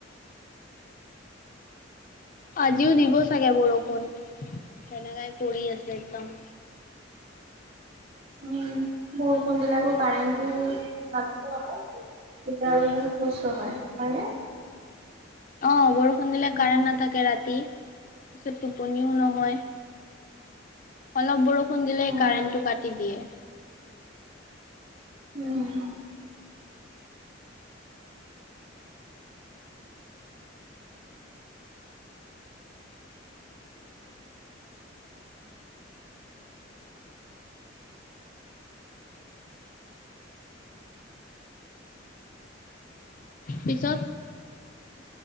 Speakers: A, on the left; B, on the right.
A: আজিও দিব চাগে বৰষুণ তেনেকাই কৰি আছে একদম।
B: উম বৰষুণদিলেতো কাৰেন্টো নাথাকে নহয় তেতিয়া আৰু বহুত কষ্ট হয়, হয়নে?
A: অ বৰষুণ দিলে
B: উম,
A: কাৰেণ্ট নাথাকে ৰাতি পিছত টোপনিও নহয়। অলপ বৰষুণ দিলে
B: উম,
A: কাৰেণ্টটো কাটি দিয়ে।
B: উম।
A: পিছ